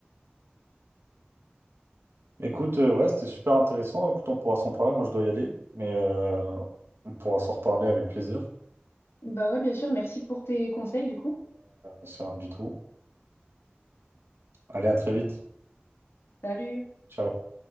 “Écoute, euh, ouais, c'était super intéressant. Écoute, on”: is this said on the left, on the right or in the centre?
Right